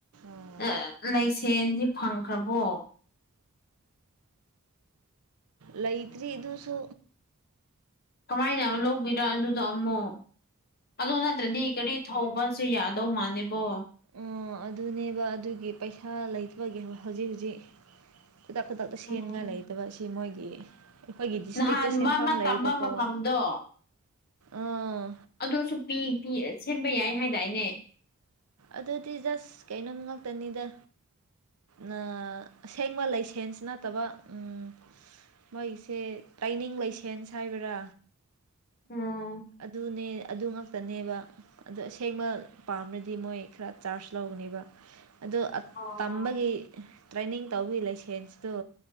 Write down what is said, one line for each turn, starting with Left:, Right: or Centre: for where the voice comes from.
Right: ꯑꯣ
Left: ꯑꯥ ꯂꯥꯢꯁꯦꯟꯗꯤ ꯐꯪꯈ꯭ꯔꯕꯣ
Right: ꯂꯩꯇ꯭ꯔꯤ ꯑꯗꯨꯁꯨ
Left: ꯀꯃꯥꯏꯅ ꯂꯧꯒꯤꯗ ꯑꯗꯨꯗ ꯑꯃꯨꯛ ꯑꯗꯨ ꯅꯠꯇ꯭ꯔꯗꯤ ꯀꯔꯤ ꯊꯧꯕꯁꯦ ꯌꯥꯗꯧ ꯃꯥꯥꯟꯗ‌ꯦꯕꯣ
Right: ꯑꯣ ꯑꯗꯨꯅꯦꯕ ꯑꯗꯨꯒꯤ ꯄꯩꯁꯥ ꯂꯩꯇꯕꯒꯤ ꯍꯧꯖꯤꯛ ꯍꯧꯖꯤꯛ ꯈꯨꯗꯛ ꯈꯨꯗꯛꯇ ꯁꯦꯝꯅꯤꯡꯉꯥꯏ
Left: ꯎꯝ
Right: ꯂꯩꯇꯕ ꯑꯁꯤ ꯃꯣꯏꯒꯤ ꯑꯩꯈꯣꯏꯒꯤ ꯗꯤꯁꯇ꯭ꯔꯤꯛꯇ
Left: ꯅꯍꯥꯟ
Right: ꯁꯦꯟꯐꯝ
Left: ꯃꯥ ꯃꯥ
Right: ꯂꯩꯕꯀꯣ
Left: ꯇꯝꯕ ꯃꯐꯝꯗꯣ
Right: ꯑꯥ
Left: ꯑꯗꯨꯁꯨ ꯄꯤ ꯄꯤ ꯁꯦꯝꯕ ꯌꯥꯏ ꯍꯥꯢꯗꯥꯢꯅꯦ
Right: ꯑꯗꯨꯗꯤ ꯖꯁ ꯀꯩꯅꯣꯝ ꯉꯥꯛꯇꯅꯤꯗ ꯅꯥ ꯑꯁꯦꯡꯕ ꯂꯩꯁꯦꯟꯁ ꯅꯠꯇꯕ ꯎꯝ ꯃꯣꯢꯁꯦ ꯇꯩꯅꯤꯡ ꯂꯩꯁꯦꯟꯁ ꯍꯥꯏꯕ꯭ꯔꯥ
Left: ꯎꯝ
Right: ꯑꯗꯨꯅꯦ ꯑꯗꯨ ꯉꯥꯛꯇꯅꯦꯕ ꯑꯗꯨ ꯑꯁꯦꯡꯕ ꯄꯥꯝꯂꯗꯤ ꯃꯣꯏ ꯈꯔ ꯆꯥꯔꯖ ꯂꯧꯒꯅꯤꯕ ꯑꯗꯣ ꯑꯞ
Left: ꯑꯣ
Right: ꯇꯝꯕꯒꯤ ꯇ꯭ꯔꯦꯅꯤꯡ ꯇꯧꯕꯒꯤ ꯂꯥꯏꯁꯦꯟꯁꯇꯣ